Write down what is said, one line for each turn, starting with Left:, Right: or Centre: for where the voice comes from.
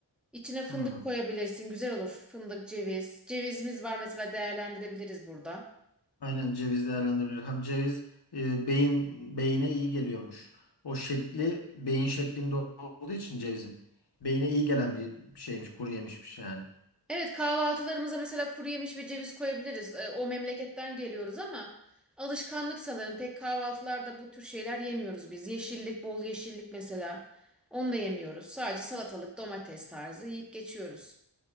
Centre: İçine fındık
Left: Hı.
Centre: koyabilirsin. Güzel olur. Fındık, ceviz. Cevizimiz var mesela değerlendirebiliriz burada.
Left: Aynen ceviz değerlendirilir. Hem ceviz e, beyin beyine iyi geliyormuş. O şekli beyin şeklinde olduğu için cevizin. Beyine iyi gelen bir şeymiş, kuru yemişmiş yani.
Centre: Evet kahvaltılarımıza mesela kuru yemiş ve ceviz koyabiliriz. E, o memleketten geliyoruz ama alışkanlık sanırım. Pek kahvaltılarda bu tür şeyler yemiyoruz biz. Yeşillik, bol yeşillik mesela. Onu da yemiyoruz. Sadece salatalık, domates tarzı yiyip geçiyoruz.